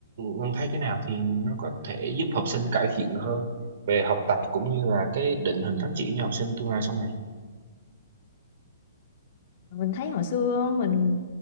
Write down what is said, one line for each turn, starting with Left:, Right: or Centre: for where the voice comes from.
Right: Ngân thấy cái nào thì nó có thể giúp học sinh cải thiện hơn về học tập cũng như là cái định hình phát triển cho học sinh tương lai sau này.
Left: mình thấy hồi xưa á, mình